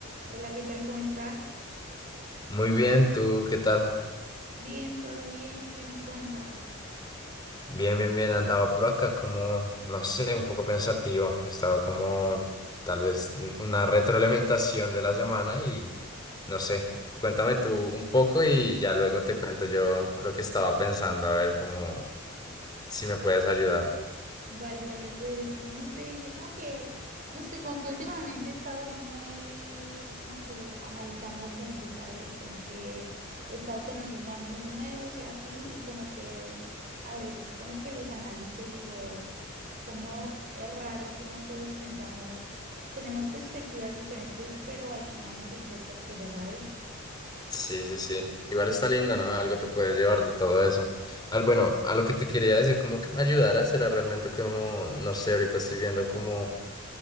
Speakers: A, on the right; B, on the left.
A: Hola, ¿qué tal? ¿Cómo estás?
B: Muy bien, ¿tú qué tal?
A: Bien, todo bien. ¿Qué me cuentas?
B: Bien, bien, bien. Andaba por acá como, no sé, un poco pensativo. Estaba como tal vez un- una retroalimentación de la semana y no sé. Cuéntame tú un poco y ya luego te cuento yo lo que estaba pensando, a ver cómo si me puedes ayudar.
A: Vale, vale, pues no sé, yo como que, no sé, como que últimamente he estado muy como que analizando gente, ¿sabes? Como que he estado conociendo amigos nuevos y así, y como que a veces como que los analizo y digo, cómo es raro cómo todos pensamos, tenemos perspectivas diferentes, pero alineamos en ciertas cosas, ¿sabes?
B: Sí, sí, sí. Igual está lindo, ¿no? Algo te puedes llevar de todo eso. Al, bueno, a lo que te quería decir, como que me ayudaras, era realmente como, no sé, ahorita estoy viendo como